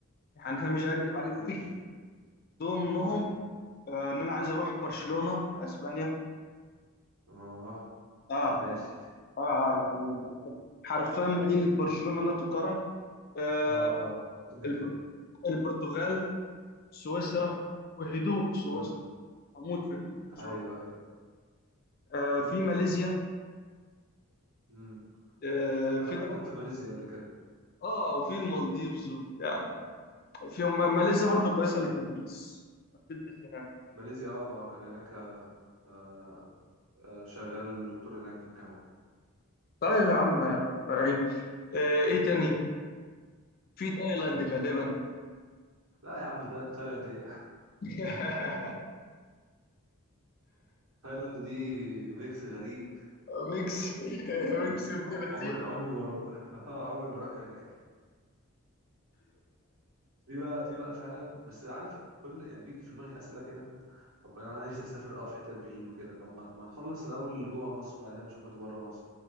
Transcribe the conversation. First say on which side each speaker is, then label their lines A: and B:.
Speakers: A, on the left; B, on the right.
A: يعني أنا مش هكدب عليك
B: ماشي
A: في كتير ضمنهم
B: ايوه
A: آه، إن أنا عايز أروح برشلونة في أسبانيا
B: اه
A: اه
B: ماشي
A: يعني اه اه يعني حرفيا مدينة برشلونة لا تقارن آه،
B: اه اه كده
A: الب-
B: كده
A: البرتغال سويسرا وهدوء سويسرا
B: امم
A: أموت في هدوء سويسرا
B: ايوه ايوه
A: آه، في ماليزيا
B: امم
A: آه، في
B: انا بقى كان في ماليزيا قبل كده
A: اه وفي المالديفز وبتاع في ما- ماليزيا برضو كويسه للتدريس إنك تدرس هناك
B: ماليزيا اه ما كان هناك آه، آه، شغال دكتور هناك في الجامعه
A: طيب يا عم يعني عيني آه ايه تاني في تايلاند غالبا
B: لا يا عم ده تايلاند ايه
A: <laughs>
B: <laughs> تايلاند دي ميكس غريب
A: ميكس
B: آه،
A: ميكس ابن
B: آه،
A: لذيذ
B: عمري عمري ما اروح <laughs> آه، عمري ما اروح هناك في بقى في بقى فعلا بس عارف كل يعني بيجي في دماغي اسئله كده طب انا نفسي اسافر اه في حتت بعيد وكده طب ما ما نخلص الاول اللي جوه مصر وبعدين نشوف اللي بره مصر